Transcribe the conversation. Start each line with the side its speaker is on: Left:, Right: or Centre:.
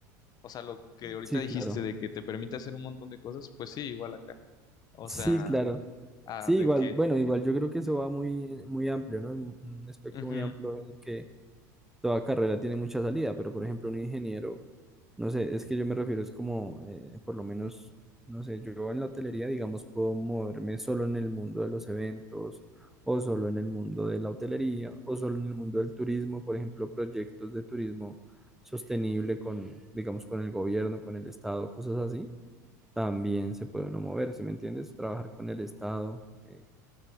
Left: O sea, lo que ahorita
Centre: sí,
Left: dijiste
Centre: claro.
Left: de que te permite hacer un montón de cosas, pues sí, igual acá. O
Centre: Sí,
Left: sea,
Centre: claro.
Left: ah,
Centre: Sí,
Left: de
Centre: igual,
Left: que...
Centre: bueno, igual yo creo que eso va muy, muy amplio, ¿no? Es Un un espectro
Left: ujú,
Centre: muy amplio en el que toda carrera tiene mucha salida, pero por ejemplo un ingeniero, no sé, es que yo me refiero, es como, eh, por lo menos, no sé, yo en la hotelería, digamos, puedo moverme solo en el mundo de los eventos, o solo en el mundo de la hotelería, o solo en el mundo del turismo, por ejemplo, proyectos de turismo sostenible con, digamos, con el gobierno, con el estado, cosas así también se puede uno mover, si me entiendes? Trabajar con el Estado. eh,